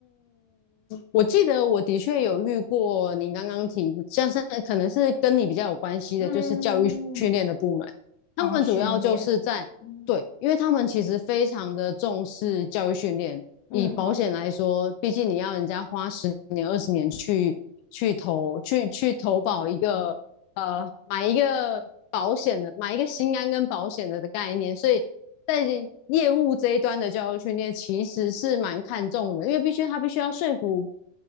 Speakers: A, on the left (about 85°); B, on the left (about 60°).
A: 我记得我的确有遇过您刚刚提，像是可能是跟你比较有关系的，
B: 嗯，
A: 就是教育训练的部门，他们主要就是在对，
B: 哦，训练，嗯
A: 因为他们其实非常的重视教育训练。
B: 嗯
A: 以保险来说，毕竟你要人家花十年、二十年去去投、去去投保一个呃买一个保险的、买一个心安跟保险的的概念，所以在业务这一端的教育训练其实是蛮看重的，因为必须他必须要说服